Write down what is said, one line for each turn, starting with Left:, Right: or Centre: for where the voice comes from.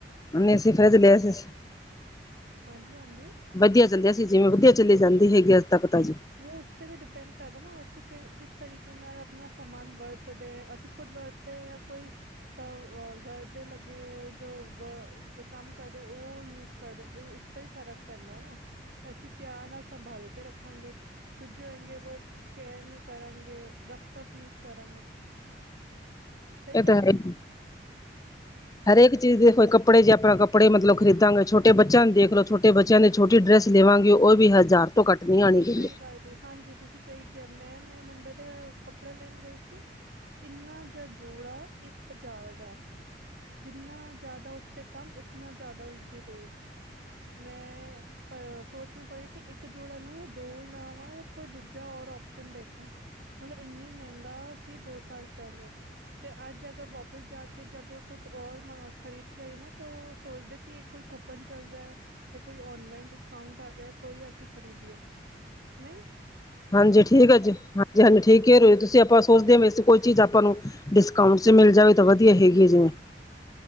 Left: ਨਈ ਅਸੀ ਫਰਿਜ਼ ਲ਼ਿਆ ਸੀ।
Right: ਹਾਂਜੀ- ਹਾਂਜੀ।
Left: ਵਧੀਆ ਚੱਲਦੀ ਅਸੀਂ ਜਿਵੇਂ ਵਧੀਆ ਚਲੀ ਜਾਂਦੀ ਹੈਗੀ ਅੱਜ ਤੱਕ ਜੀ।
Right: ਵੋ ਉਸ ਤੇ ਵੀ ਡਿਪੈਂਡ ਕਰਦਾ ਨਾ ਅਸੀਂ ਕਿ ਕਿਸ ਤਰੀਕੇ ਨਾਲ ਆਪਣਾਂ ਸਮਾਂਨ ਵਰਤਦੇ, ਅਸੀਂ ਖੁਦ ਵਰਤੇ ਯਾ ਕੋਈ ਸ ਗਰ ਦੇ ਲੱਗੇ ਜੋ ਵ ਜੋ ਕੰਮ ਕਰਦੇ ਉਹ ਯੂਜ ਕਰਦੇ ਨੇ, ਉਸਦਾ ਵੀ ਫ਼ਰਕ ਪੈਂਦਾ ਐ ਨਾ ਅਸੀਂ ਪਿਆਰ ਨਾਲ ਸੰਭਾਲ ਕੇ ਰੱਖਾਂਗੇ। ਦੂਜੇ ਹੋਏਗੇ ਵੋ ਕੇਅਰ ਨੀਂ ਕਰਨਗੇ, ਰਫ -ਟਫ ਯੂਜ ਕਰਾਂਗੇ ਸਹੀ
Left: ਇ
Right: ਕਹਿ
Left: ਤਾਂ ਹੈ
Right: ਰਹੀ ਨਾ?
Left: ਈ। ਹਰੇਕ ਚੀਜ਼ ਦੇਖੋਂ, ਕੱਪੜੇ ਜੇ ਆਪਾਂ ਕੱਪੜੇ ਮਤਲਬ ਖਰੀਦਾਂਗੇ ਛੋਟੇ ਬੱਚਿਆ ਨੂੰ ਦੇਖ ਲਓ ਛੋਟੇ ਬ -ਚਿਆ ਦੀ ਛੋਟੀ ਡ੍ਰੈਸ ਲੇਵਾਂਗੇ ਉਹ ਵੀ ਹਜ਼ਾਰ ਤੋਂ ਘੱਟ ਨੀ ਆਣੀ ਕਹਿੰਦੇ
Right: ਸਹੀ ਗੱਲ ਜੀ ਹਾਂਜੀ, ਤੁਸੀਂ ਸਈ ਕਿਆ ਮੈਂ-ਮੈਂ ਮੁੰਡੇ ਦੇ ਕੱਪੜੇ ਲੈਣ ਗਏ ਸੀ ਇੰਨਾ ਜਾ ਜੋੜਾ ਇੱਕ ਹਜਾਰ ਦਾ। ਜਿੰਨਾ ਜ਼ਿਆਦਾ ਉਸ ਤੇ ਕੰਮ ਉਤਨਾ ਜ਼ਿਆਦਾ ਉਸਦੀ ਰੇਟ, ਮੈਂ ਪਰ ਸੋਚਣਾ ਪੜੇ ਕਿ ਇੱਕ ਜੋੜਾ ਲੂ ਯਾ ਦੋ ਲਵਾਂ, ਯਾ ਕੋਈ ਦੂਜਾ ਔਰ ਓਪਸ਼ਨ ਦੇਖਾਂ। ਮਤਲਬ ਇੰਨੀ ਮਹਿੰਗਾ ਸੀ ਦੋ ਸਾਲ ਪਹਿਲੇ, ਤੇ ਅੱਜ ਅਗਰ ਵਾਪਿਸ ਜਾ ਕੇ ਜਦੋਂ ਕੁਛ ਔਰ ਮਗ ਖਰੀਦ ਕੇ ਨਾ ਤੋ ਓ ਸੋਚਦੇ ਕਿ ਏ ਕੋਈ ਕੂਪਨ ਚਲਦਾ ਏ। ਕਿ ਕੋਈ ਔਨਲਾਈਨ ਡਿਸਕਾਊਂਟ ਆ ਜਾਏ ਤੋ ਈ ਅਸੀਂ ਖ਼ਰੀਦੀਏ, ਨਈ।
Left: ਹਾਂਜੀ, ਠੀਕ ਐ ਜੀ, ਹਾਂਜੀ- ਹਾਂਜੀ ਠੀਕ ਕਹਿ ਰੇ ਤੁਸੀਂ ਆਪਾਂ ਸੋਚਦੇ ਵੈਸੇ ਕੋਈ ਚੀਜ਼ ਆਪਾਂ ਨੂੰ ਡਿਸਕਾਊਂਟ ਚ ਮਿਲ ਜਾਵੇ ਤਾਂ ਵਧੀਆ ਹੈਗੀ ਏ ਜਿਵੇਂ